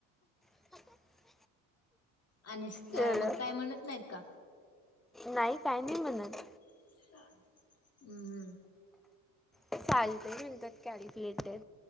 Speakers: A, in the centre; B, on the left.
A: <inaudible>
B: आणि स
A: सगळं
B: अ मग काय म्हणत नाहीत का?
A: नाही काय नाही म्हणत.
B: ह <inaudible> हम्
A: चालत म्हणतात कॅल्क्युलेटर